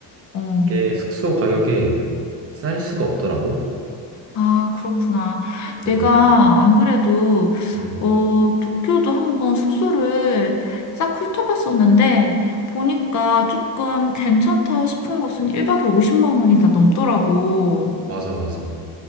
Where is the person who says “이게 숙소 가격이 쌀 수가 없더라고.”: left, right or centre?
Right